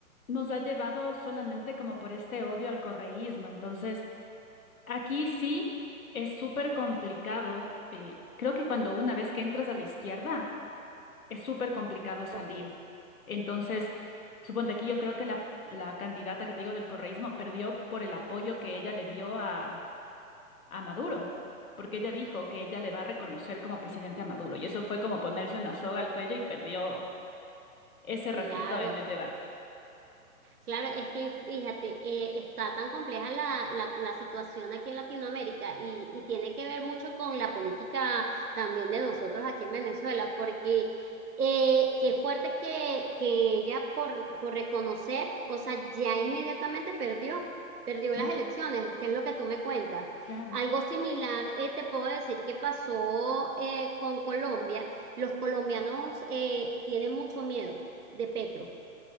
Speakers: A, on the left; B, on the right.
A: nos ha llevado solamente como por este odio al correísmo. Entonces, aquí sí es súper complicado. eh, creo que cuando una vez que entras a la izquierda, es súper complicado salir.
B: ok,
A: Entonces, suponte aquí yo creo que la, la candidata que te digo del correísmo perdió por el apoyo que ella le dio a a Maduro, porque ella dijo que ella le va a reconocer como presidente a Maduro, y eso fue como ponerse una soga al cuello y perdió ese
B: claro.
A: ratito en el debate.
B: Claro, es que fíjate, eh, está tan compleja la, la, la situación aquí en Latinoamérica y, y tiene que ver mucho con la política también de nosotros aquí en Venezuela, porque eh, qué fuerte que, que ella por, por reconocer, o sea, ya inmediatamente perdió, perdió
A: Claro,
B: las elecciones, que es lo que tú me cuentas.
A: claro,
B: Algo similar, eh, te puedo decir que pasó eh, con Colombia. Los colombianos eh, tienen mucho miedo de Petro